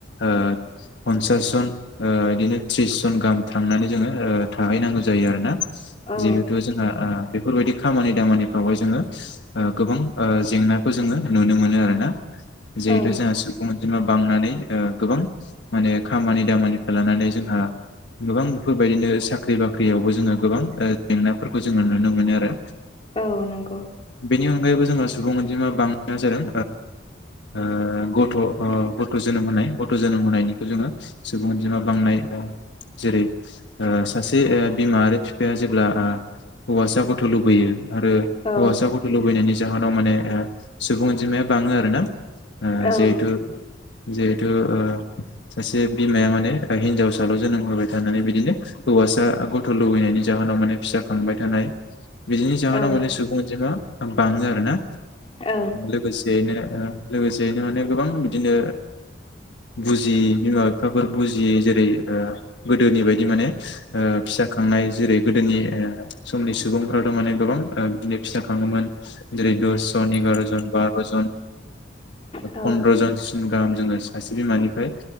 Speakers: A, on the left; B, on the left.
A: ओ फनसास जन ओ इदिनो थ्रिस जन गाहाम थांनानै जोङो थाहैनांगौ जायो आरोना
B: औ
A: जिहेथु जोंहा बेफोरबायदि खामानि दामानिफ्रावहाय जोङो गोबां जेंनाखौ जोङो नुनो मोनो आरोना जेतु
B: औ
A: जोंहा सुबुङ अनजि बांनानै गोबां माने खामानि दामानिखौ लानानै जोंहा गोबां बेफोरबायदिनो साख्रि साख्रि बाख्रियावबो जोङो गोबां जेंनाफोरखौ जोङो नुनो मोनो आरो
B: औ नंगौ
A: बेनि अनगायैबो जोङो सुबुं अनजिमा बांनाया जादों ओ ओ गथ' गथ' जोनोम होनाय गथ' जोनोम होनायनिखौ जोङो सुबुं अनजिमा बांनाय ओ जेरै ओ सासे बिमा आरो बिफाया जेब्ला हौवासा गथ' लुबैयो आरो
B: औ
A: हौवासा गथ' लुबैनायनि जाहोनाव माने सुबुं अनजिमाया बाङो आर ना
B: औ
A: जिहेथु जिहेथु सासे बिमाया माने हिनजावसाल' जोनोम होबाय थानानै बिदिनो हौवासा गथ' लुबैनायनि जाहोनाव माने फिसा खांबाय थानाय बिदिनि जाहोनाव
B: औ
A: माने सुबुं अनजिमा बाङो आरो ना
B: औ
A: लोगोसेयैनो लोगोसेयैनो माने गोबां बिदिनो बुजि बिमा बिफाफोर बुजि जि जेरै गोदोनि बायदि माने फिसा खांनाय जेरै गोदोनि समनि सुबुंफ्राथ' माने गोबां बिदिनो फिसा खांनाय मोन जेरै दस जन एगार' जन बार'जन
B: औ
A: पन्द्र'जनसिम गाहाम जोङ सासे बिमानिफ्राय